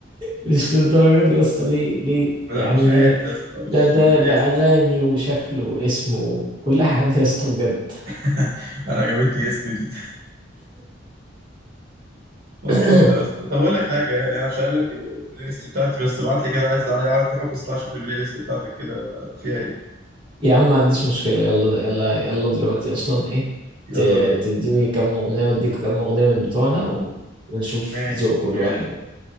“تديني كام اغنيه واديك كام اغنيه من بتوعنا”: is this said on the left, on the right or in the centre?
Right